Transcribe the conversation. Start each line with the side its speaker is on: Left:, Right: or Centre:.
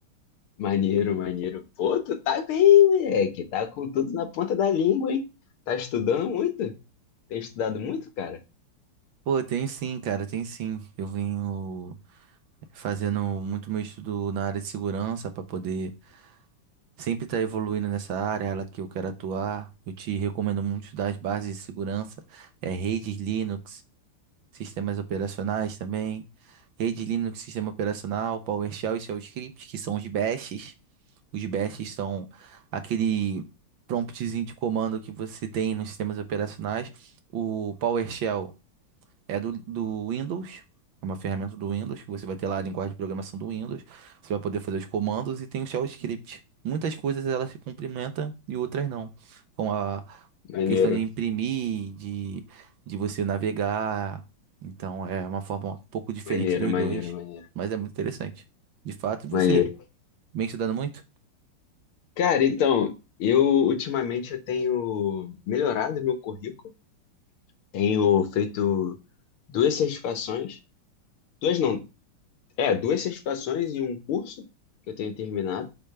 Left: Maneiro, maneiro. Pô, tu tá bem, moleque. Tá com tudo na ponta da língua, hein? Tá estudando muito? Tem estudado muito, cara?
Right: Pô, tem sim, cara, tem sim. Eu venho fazendo muito meu estudo na área de segurança para poder sempre estar evoluindo nessa área, ela que eu quero atuar. Eu te recomendo muito estudar as bases de segurança, é redes Linux, sistemas operacionais também, rede Linux, sistema operacional, PowerShell e Shell Script, que são os bashes. Os bashes são aquele promptzinho de comando que você tem nos sistemas operacionais. O PowerShell é do, do Windows, é uma ferramenta do Windows, que você vai ter lá a linguagem de programação do Windows, você vai poder fazer os comandos e tem o shell script. Muitas coisas elas se complementam e outras não, com a
Left: Maneiro,
Right: questão de imprimir, de, de você navegar. Então é uma forma um pouco diferente
Left: maneiro,
Right: dos
Left: maneiro,
Right: dois,
Left: maneiro,
Right: mas é muito interessante. De fato, e você
Left: maneiro.
Right: vem estudando muito?
Left: Cara, então, eu ultimamente eu tenho melhorado meu currículo. Tenho feito duas certificações, duas não, é, duas certificações e um curso que eu tenho terminado.